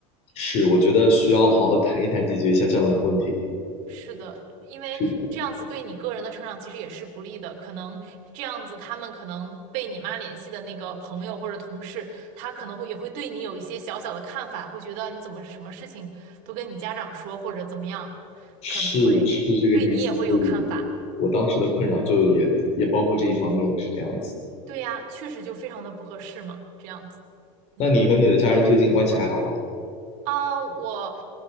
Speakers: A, on the left; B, on the right.
A: 是，我觉得需要好好谈一谈，解决一下这样的问题。
B: 是的，因为这样子对你个人的成长其实也是不利的。
A: 是的，
B: 可能这样子，他们可能被你妈联系的那个朋友或者同事，他可能会也会对你有一些小小的看法，会觉得你怎么什么事情都跟你家长说，或者怎么样，
A: 是是这个意思。
B: 可能会对你也会有看法。
A: 所以我当时的困扰就也也包括这一方面，是这样子。
B: 对呀，确实就非常的不合适嘛，这样子。嗯。
A: 那你和你的家人最近关系还好吗？
B: 啊，我